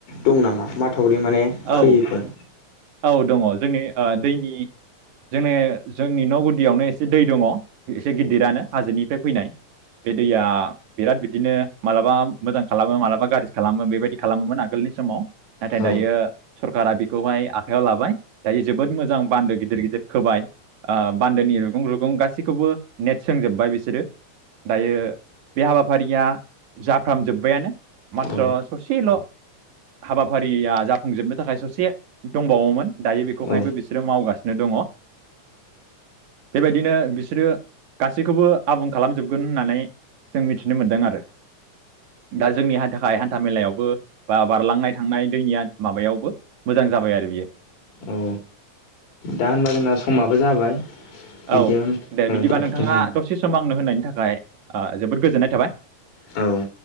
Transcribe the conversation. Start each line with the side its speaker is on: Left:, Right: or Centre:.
Left: दं नामा? मा थावरि माने खैयिफोर।
Right: औ औ दङ जोंनि ओ दैनि जोंनि जोंनि न' गुदियावनो एसे दै दङ एसे गिदिरानो हाजोनिफ्राय फैनाय बे दैया बिराद बिदिनो मालाबा मोजां खालामो मालाबा गाज्रि खालामो बेबायदि खालामोमोन आगोलनि समाव नाथाय
Left: औ
Right: दायो सरकारा बेखौहाय आखायाव लाबाय दायो जोबोद मोजां बान्दो गिदिर गिदिर खोबाय ओ बान्दोनि रुगुं रुगुं गासैखौबो नेट सोंजोब्बाय बिसोरो दायो बे हाबाफारिया जाफ्रामजोब्बायानो माथ्र
Left: औ
Right: ससेल' हाबाफारिया जा फुं जोबनो थाखाय ससे दंबावोमोन दायो बेखौहायबो
Left: औ
Right: बिसोरो मावगासिनो दङ ओ बेबायदिनो बिसोरो गासैखौबो आबुं खालामजोबगोन होननानै जों मिथिनो मोन्दों आरो दा जोंनि थाखाय हान्था मेलायावबो बा बारलांनाय थांनाय दैनिया माबायावबो मोजां जाबाय आरो बियो।
Left: औ दा होनबा जोंना समाबो जाबाय। बिदियावनो
Right: औ दे बिदिबा
Left: थाथ'थोंसै
Right: नोंथाङा दसे सम आंनो होनायनि थाखाय आह जोबोद गोजोननाय थाबाय।
Left: औ